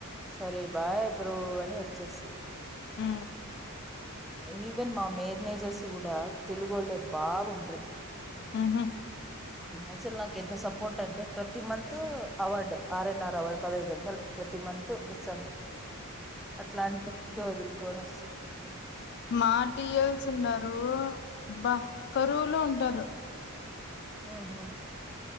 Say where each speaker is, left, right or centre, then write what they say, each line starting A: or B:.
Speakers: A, in the centre; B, on the left (about 50°).
A: సరే బాయ్ బ్రో అని వచ్చేసి
B: ఆ
A: ఈవెన్ మా మేర్నేజర్స్ కూడా తెలుగు వాళ్లే బావుండ్రి
B: ఆహ
A: అసలు నాకు ఎంత సపోర్ట్ అంటే ప్రతి month award R N R award పదహైదు వందలు ప్రతి మంత్ పుత్సంగం అట్లాంటి సంకే వదులు కోనసి
B: మాటియల్స్ స్తున్నారుారు బా కరువులో ఉంటారు
A: హ్మ్మ్